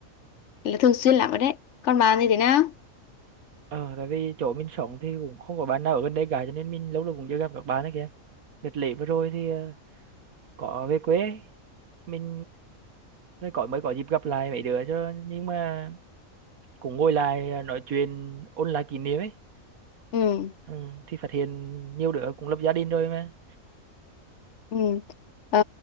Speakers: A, on the left; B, on the right.
A: Là thường xuyên lắm rồi đấy. Còn bạn thì thế nào?
B: Ờ, tại vì chỗ mình sống thì cũng không có bạn nào ở gần đây cả cho nên mình lâu lâu cũng chưa gặp các bạn ấy kìa. Đợt lễ vừa rồi thì ờ, có về quê, mình mới có mới có dịp gặp lại mấy đứa cho nhưng mà cũng ngồi lại ờ, nói chuyện ôn lại kỷ niệm ấy.
A: Ừ.
B: Ừ, thì phát hiện nhiều đứa cũng lập gia đình rồi mà.
A: Ừ. Ờ,